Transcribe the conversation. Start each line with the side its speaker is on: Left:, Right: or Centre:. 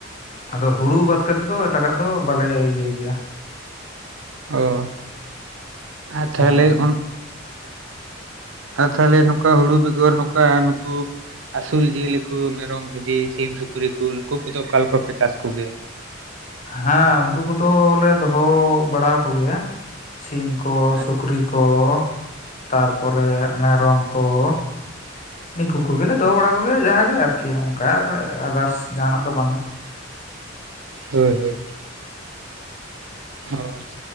Left: ᱟᱫᱚ ᱦᱩᱲᱩ ᱵᱟᱫ ᱠᱟᱛᱮᱫ ᱫᱚ ᱮᱴᱟᱜᱟᱜ ᱫᱚ ᱵᱟᱞᱮ ᱤᱭᱟᱹᱭ ᱜᱮᱭᱟ ᱾
Right: ᱚ, ᱟᱨ ᱛᱟᱦᱚᱞᱮ
Left: ᱦᱮᱸ ᱦᱮᱸ
Right: ᱚᱱ ᱟᱫᱚ ᱛᱟᱦᱚᱞᱮ ᱱᱚᱝᱠᱟ ᱦᱩᱲᱩ ᱵᱮᱜᱚᱨ ᱱᱚᱝᱠᱟ ᱱᱩᱠᱩ ᱟᱹᱥᱩᱞ ᱡᱤᱭᱟᱹᱞᱤ ᱠᱚ ᱢᱮᱨᱚᱢ, ᱵᱷᱤᱰᱤ, ᱥᱤᱢ, ᱥᱩᱠᱨᱤ ᱠᱚ ᱱᱩᱠᱩ ᱠᱚᱫᱚ ᱚᱠᱟ ᱞᱮᱠᱟᱯᱮ ᱪᱟᱥ ᱠᱚᱜᱮᱭᱟ?
Left: ᱦᱮᱸ ᱩᱝᱠᱩ ᱠᱚᱫᱚ ᱞᱮ ᱫᱚᱦᱚᱻ ᱵᱟᱲᱟ ᱠᱚᱜᱮᱭᱟ ᱾ ᱥᱤᱢ ᱠᱚ
Right: ᱦᱳᱭ
Left: ᱥᱩᱠᱨᱤ ᱠᱚ ᱛᱟᱨᱯᱚᱨᱮ ᱢᱮᱨᱚᱢ ᱠᱚ ᱾ ᱱᱤᱠᱩ ᱠᱚᱜᱮ ᱞᱮ ᱫᱚᱦᱚ ᱵᱟᱲᱟ ᱠᱚᱜᱮᱭᱟ ᱡᱟᱦᱟ ᱜᱮ ᱟᱨᱠᱤ ᱚᱝᱠᱟ ᱟᱨ ᱟᱫᱟᱨᱥ ᱡᱟᱦᱟᱱᱟᱜ ᱫᱚ ᱵᱟᱝᱟ ᱾
Right: ᱦᱳᱭ ᱦᱳᱭ, ᱦᱚᱸ ᱾